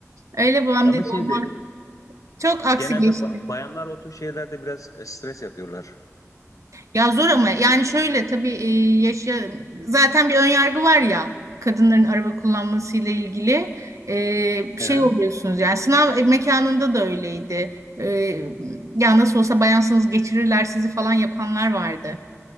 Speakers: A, on the right; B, on the left.
A: Öyle babam
B: Ama
A: dedi
B: şeyde
A: olmaz. Çok aksi
B: genelde
A: geçti.
B: ba- bayanlar o tür şeylerde biraz e, stres yapıyorlar.
A: Ya zor ama yani şöyle tabii e, yaşa zaten bir ön yargı var ya kadınların araba kullanmasıyla ilgili E, bir
B: Hı
A: şey
B: hı,
A: oluyorsunuz yani sınav mekanında da öyleydi. E, ya nasıl olsa bayansınız geçirirler sizi falan yapanlar vardı.